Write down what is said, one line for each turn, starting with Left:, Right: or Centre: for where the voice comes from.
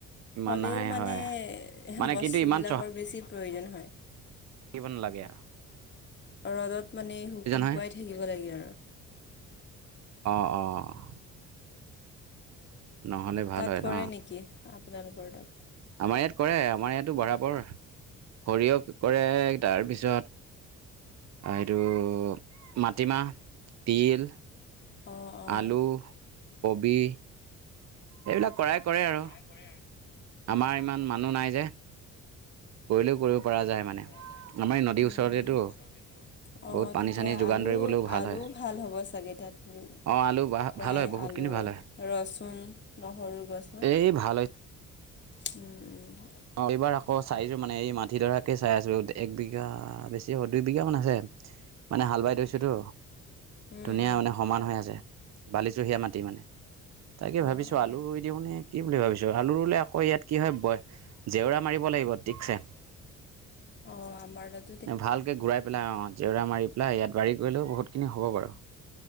Right: ইমান
Left: হ'লেও
Right: নাহে
Left: মানে
Right: হয় মানে
Left: বস্তুবিলাকৰ
Right: কিন্তু ইমান
Left: বেছি প্ৰয়োজন হয়।
Right: কিব নালাগে অ'
Left: ৰ'দত মানে শুক-শুকুৱাই
Right: হয়
Left: থাকিব লাগে আৰু।
Right: অ' অ'। নহ'লে ভাল
Left: তাত
Right: হয়
Left: কৰে
Right: ন
Left: নেকি, আপোনালোকৰ তাত?
Right: আমাৰ ইয়াত কৰে, আমাৰ ইয়াতো বৰাবৰ। সৰিয়হ কৰে, তাৰপিছত আৰু এইটো মাটিমাহ, তিল
Left: অঁ অঁ
Right: আলু, কবি, এইবিলাক কৰাই কৰে আৰু।
Left: কৰে আৰু
Right: আমাৰ ইমান মানুহ নাই যে। কৰিলেও কৰিব
Left: কৰা
Right: পৰা যায়
Left: যায় মানে,
Right: আমাৰ এই নদীৰ
Left: উম
Right: ওচৰতেতো
Left: উম, নদীৰ ওচৰতেতো,
Right: বহুত
Left: অ'
Right: পানী
Left: তেত এতিয়া
Right: চানী যোগান
Left: আলু-আলু
Right: ধৰিবলৈও ভাল হয়
Left: ভাল হ'ব চাগে তাত,
Right: অঁ আলু বা
Left: প্ৰায়
Right: ভাল হয় বহুতখিনি
Left: আলু
Right: ভাল হয়
Left: ৰচুন, নহৰু গছ ন,
Right: এই ভাল হৈছে
Left: উম উম।
Right: অ' এইবাৰ আকৌ চাইছোঁ মানে এই মাটিডৰাকে চাই আছোঁ, এক বিঘা বেছি হ'ব দুই বিঘা মান আছে। মানে হাল বাই থৈছ ছোঁতো,
Left: উম
Right: ধুনীয়া
Left: উম
Right: মানে সমান হৈ আছে, বালিচহীয়া মাটি মানে। তাকে
Left: অঁ
Right: ভাবিছোঁ, আলু ৰুই দিওঁ নে, কি বুলি ভাবিছোঁ, আলু ৰুলে আকৌ ইয়াত কি হয় বয় জেওৰা মাৰিব লাগিব ঠিকছে।
Left: অ', আমাৰ তাত
Right: ভালকৈ ঘূৰাই পেলাই অ', জেওৰা মাৰি পেলাই ইয়াত বাৰী কৰিলেও বহুতখিনি হ'ব বাৰু।